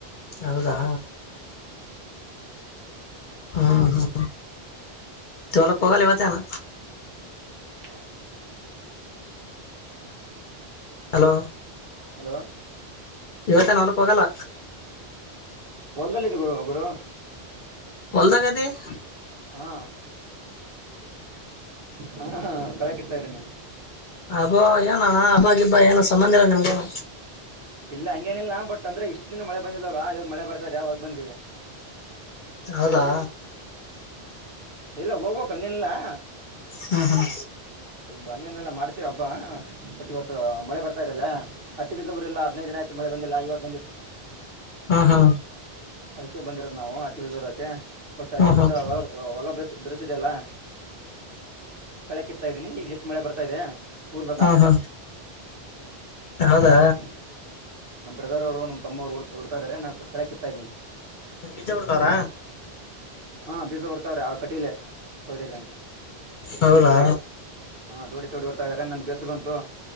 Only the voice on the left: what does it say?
ಹೌದಾ
ಹ್ಮ್ ಹ್ಮ್ ಹೊಲಕ್ ಹೋಗಲ್ಲ ಇವತ್ತೇನ
ಹಲೋ
ಇವತ್ತ ನಾಲ್ಕ್ ಹೋಗಲ್ಲ
ಹೊಲಗದಿ <inaudible>
ಅಬ್ಬೋ ಏನಣ್ಣ ಅಬ್ಗಿ ಇಬ್ಬಾ ಏನು ಸಂಬಂಧ ಇಲ್ಲ ನಿಮ್ಗೆನ
ಹೌದಾ
ಹ್ಮ ಹಾ
ಹಾ ಹಾ
ಹಾ ಹಾ ಹಾ
ಹಾ
ಹಾ ಹಾ ಹೌದಾ
ನೀಜ ಬಿಡ್ತಾರಾ.
ಹೌದಾ